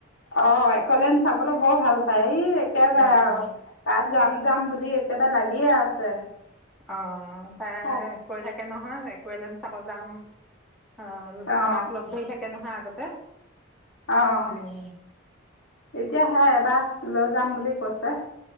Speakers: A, on the left (about 90°); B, in the centre.
A: অ' এক'লেণ্ড চাবলৈ বৰ ভাল পায়, ই একে বাই
B: অ
A: আৰু। তাত যাম, যাম বুলি একেবাৰে লাগিয়ে আছে।
B: অ', তাই
A: তাত
B: কৈ নহয়, এক'লেণ্ড চাব যাম। আৰু
A: অঁ
B: আমাক লগ ধৰি থাকে নহয় আগতে।
A: অ', অ',
B: উম,
A: এতিয়া সেই এবাৰ লৈ যাম বুলি কৈছে।